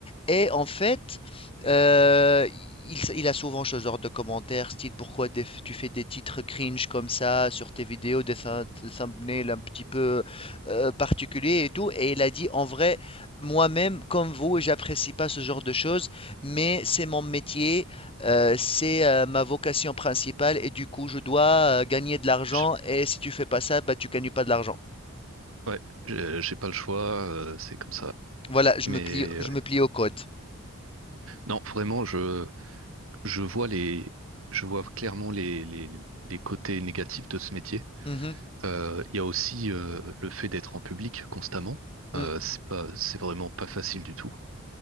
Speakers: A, on the left; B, on the right.
A: et en fait, heu, il il a souvent ce genre de commentaires style: «Pourquoi des tu fais des titres cringe comme ça sur tes vidéos, des thum des thumbnails un petit peu, heu, particuliers et tout» et il a dit: «En vrai, moi-même comme vous, j'apprécie pas ce genre de choses, mais c'est mon métier, heu, c'est, heu, ma vocation principale et du coup je dois, heu, gagner de l'argent
B: J'ai-
A: et si tu fais pas ça, bah, tu gagnes pas de l'argent».
B: Ouais, j'ai j'ai pas le choix, euh, c'est comme ça.
A: Voilà, je
B: Mais
A: me plie je me plie au code.
B: Non, vraiment, je, je vois les, je vois clairement les, les, les côtés négatifs de ce métier.
A: Mmh mh.
B: Euh, Il y a aussi euh, le fait d'être en public constamment.
A: Mmh.
B: Euh, c'est pas, c'est vraiment pas facile du tout.